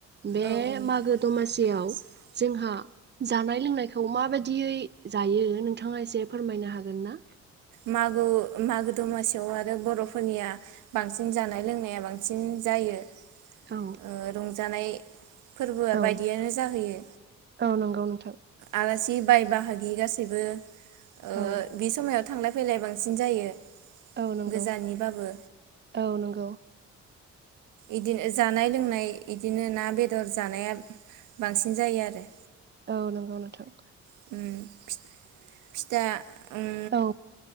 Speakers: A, on the right (about 35°); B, on the right (about 85°).
A: बे
B: औ औ
A: मागो-दमासि, सियाव जोंहा जानाय लोंनायखौ माबायदियै जायो नोंथाङा एसे फोरमायनो हागोन ना?
B: मागो-मागो दमासियाव आरो बर'फोरनिया बांसिन जानाय लोंनाया बांसिन जायो।
A: औ
B: ओ रंजानाय फोरबोआ
A: औ
B: बायदियानो जाहैयो
A: औ नंगौ नोंथां
B: आरो सि बाय बाहागि गासिबो ओ
A: औ
B: बे समयाव थांलाय फैलाय बांसिन जायो।
A: औ नंगौ
B: गोजाननिबाबो
A: औ नंगौ।
B: इदिनो जानाय लोंनाय इदिनो ना बेदर जानाया बांसिन जायो आरो।
A: औ नंगौ नोंथां।
B: फि फिथा उम
A: औ।